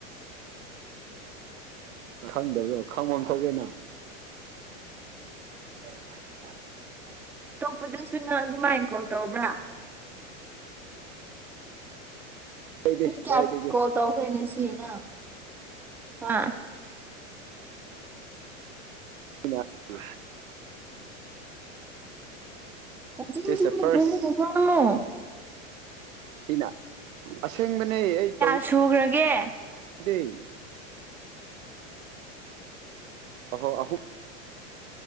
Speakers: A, on the right (about 80°); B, in the centre.
A: ꯈꯪꯗꯕ꯭ꯔꯣ ꯈꯪꯕꯝ ꯊꯣꯛꯂꯦꯅ ꯗ꯭ꯔꯀꯥꯠ ꯁꯥ
B: ꯑꯇꯣꯞꯄꯗꯁꯨ ꯅꯪ ꯑꯗꯨꯃꯥꯏꯅ ꯀꯣꯜ ꯇꯧꯕ꯭ꯔꯥ
A: ꯀꯗꯥꯏꯗꯒꯤ
B: ꯃꯤ ꯀꯌꯥ
A: ꯀꯗꯥꯏꯗꯒꯤ
B: ꯀꯣꯜ ꯇꯧꯈ꯭ꯔꯦ ꯉꯁꯤ ꯅꯪ ꯍꯥ
A: ꯏꯅꯥꯠꯇꯦ
B: <unintelligible>
A: ꯁꯤꯁ ꯗ ꯐꯥꯔꯁ ꯇꯤꯅ ꯑꯁꯦꯡꯕꯅꯦ ꯑꯩ ꯇꯧꯏ
B: ꯁꯨꯒ꯭ꯔꯒꯦ
A: ꯗꯦ ꯑꯍꯣ ꯑꯍꯨꯝ